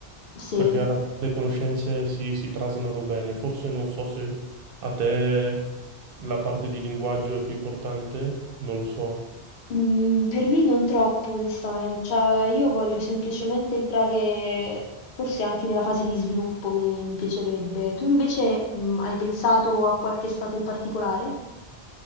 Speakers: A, on the left; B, on the right.
A: sì.
B: perché alla fine le conoscenze si, si traslano bene. Forse non so se a te la parte di linguaggio è più importante, non lo so.
A: Mhmm, per me non troppo onestamen cioè io voglio semplicemente entrare forse anche nella fase di sviluppo mi mi piacerebbe. Tu invece, mhmm, hai pensato a qualche stato in particolare?